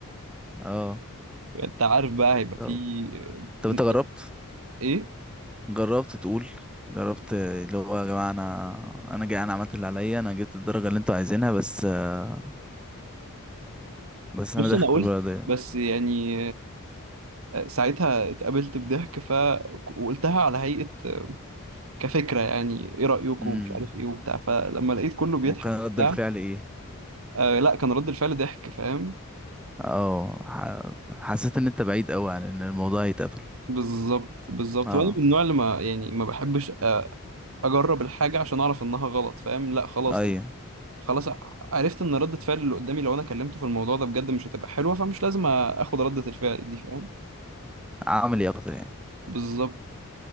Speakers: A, in the centre; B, on the right (about 65°).
A: اه
B: <laughs> انت عارف بقى هيبقى
A: طب
B: في
A: طب
B: يعني
A: انت جربت
B: ايه
A: جربت تقول جربت آه، اللي هو يا جماعة انا انا جاي انا عملت اللي عليا انا جبت الدرجة اللي انتوا عايزينها بس آه، بس انا
B: بص
A: داخل
B: انا قلت
A: البلد دي
B: بس يعني آه، ساعتها اتقابلت بضحك ف وقلتها على هيئه آه، كفكره يعني ايه رايكم
A: امم
B: مش عارف ايه وبتاع فلما لقيت كله بيضحك
A: وكان
B: وبتاع
A: رد الفعل ايه
B: آه لا كان رد الفعل ضحك فاهم
A: اه ح- حسيت ان انت بعيد قوي عن ان الموضوع يتقبل
B: بالظبط بالظبط
A: اه
B: وانا من النوع اللي ما يعني ما بحبش أ- اجرب الحاجه عشان اعرف انها غلط فاهم لا خلاص
A: ايوه
B: خلاص ع- عرفت ان رده فعل اللي قدامي لو انا كلمته في الموضوع ده بجد مش هتبقى حلوه فمش لازم اخد رده الفعل دي فاهم
A: عملي اكتر يعني
B: بالظبط